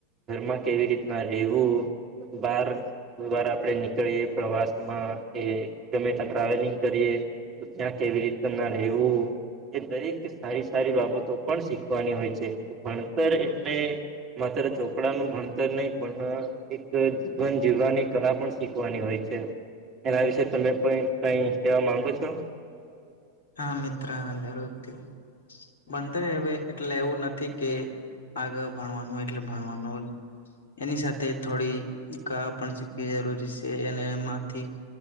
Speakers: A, on the right; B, on the left.
A: ઘરમાં કેવી રીતના રેવું, બાર કોઈ વાર આપણેે નીકળીએ પ્રવાસમાં કે ગમે ત્યાં ટ્રાવેલિંગ કરીએ ત્યાં કેવી રીતે ના રેવું, એ દરેક સારી સારી બાબતો પણ શીખવાની હોય છે. ભણતર એટલે માત્ર ચોપડા નું ભણતર નય પણ અ એક અ જીવન જીવવાની કલા પણ શીખવાની હોય છે. એના વિશે તમે પણ કઈ કેવા માંગો છો?
B: હા, મિત્ર જરૂર થી, બંતરે હવે એટલે એવું નથી કે આગળ ભણવાનું એટલે ભણવાનું જ એની સાથે થોડી કળા પણ શીખવી જરૂરી છે અને એમાંથી